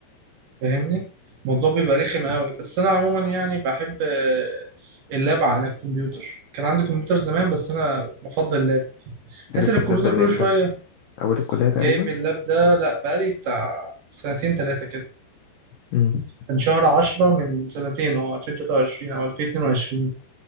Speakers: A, on the right; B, on the left.
A: فاهمني الموضوع بيبقى رخم قوي بس انا عموما يعني بحب آه، اللاب عن الكمبيوتر كان عندي كمبيوتر زمان بس انا بفضل اللاب بحس
B: أنت جبت
A: ان الكمبيوتر
B: اللاب ده من
A: كل
B: إمتى؟
A: شوية
B: أول الكلية تقريبا؟
A: جايب اللاب ده لا بقالي بتاع سنتين تلاتة كده
B: امم
A: كان شهر 10 من سنتين هو 2023 او 2022